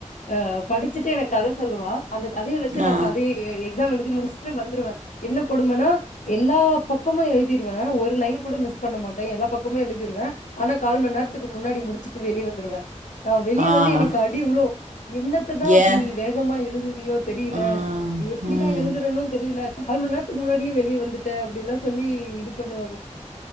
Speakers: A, on the left; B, on the right.
A: அ படிச்சுட்டு எனக்கு கதை சொல்லுவா அந்த கதைய வச்சு நா
B: ஆ.
A: கதையை எழுதிருவே எழுதி முடிச்சுட்டு வந்துருவே என்ன கொடுமன்னா எல்லா பக்கமு எழுதிருவே ஒரு ஒரு லையன் கூட மிஸ் பண்ண மாட்டே எல்லா பக்கமு எழுதிடுவே ஆனா கால் மண் நேரத்துக்கு முன்னாடி முடிச்சுட்டு வெளிய வந்துடுவே நா வெளிய
B: ஆ. ஆ.
A: வந்து எனக்கு அடி உழு என்னத்ததா அப்டி
B: ஏன்?
A: வேகமா எழுதுவியோ தெரில
B: ஆ.
A: எப்டிதா
B: ம்.
A: எழுதுறணு தெரில ந கால் மண் நேரத்துக்கு முன்னாடியே வெளிய வந்துட்ட அப்டில்லா சொல்லி இது பண்ணுவா